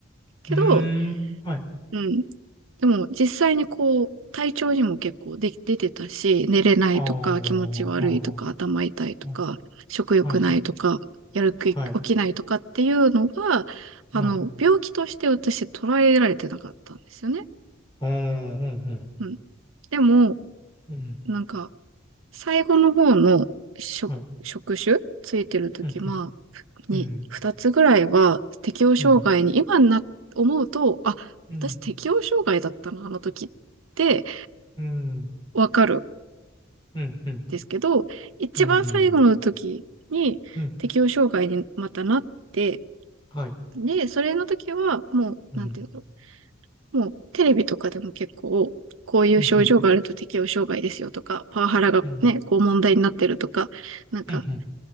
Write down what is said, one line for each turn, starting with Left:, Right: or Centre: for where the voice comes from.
Right: けど、
Left: うん。うんはい。
Right: うん、でも実際にこう、体調にも結構で出てたし、寝れないとか、
Left: ああ、
Right: 気持ち悪いとか、
Left: はあ、は
Right: 頭痛いとか、
Left: あ。はい。
Right: 食欲ないとか、
Left: はい。
Right: やる気起きないとかっていうのが、
Left: はい。
Right: あの、
Left: はい。
Right: 病気として私捉えられてなかったんですよね。
Left: ああ、うん。
Right: うん。でも、
Left: うん。
Right: なんか、最後の方の職、
Left: はい。
Right: 職種ついてる時まあ、
Left: うん。
Right: に、
Left: うん。
Right: 二つぐらいは適応障害に、
Left: うん。
Right: 今にな、思うと、あ、
Left: うん。
Right: 私適応障害だったな、あの時って、
Left: うん。
Right: わかる。
Left: うん。うん。
Right: ですけど、一番最後の時に適応障害にまたなって、
Left: うん。うん。はい。
Right: で、それの時はもう、
Left: うん。
Right: なんていうの、もうテレビとかでも結構、こういう症状があると適応障害ですよとか、
Left: うんうん
Right: パワハラがね、
Left: うん
Right: こう問題になってるとか、なんか、
Left: うん